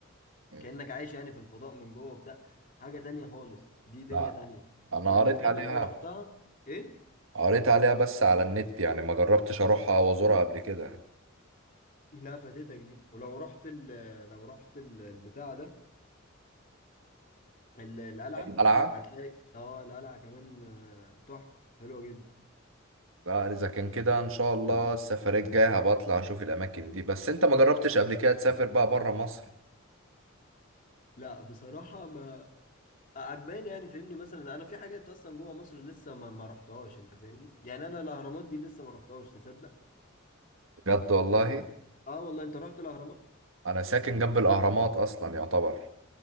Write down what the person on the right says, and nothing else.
مم.
لا
انا
قريت عليها
قريت عليها بس على النت يعني ما جربتش اروحها او ازورها قبل كده
قلعة
لا اذا كان كده ان شاء الله السفرية الجاية هبقى اطلع اشوف الاماكن دي بس انت ما جربتش قبل كده تسافر بقى بره مصر
بجد والله
انا ساكن جنب الاهرامات اصلا يعتبر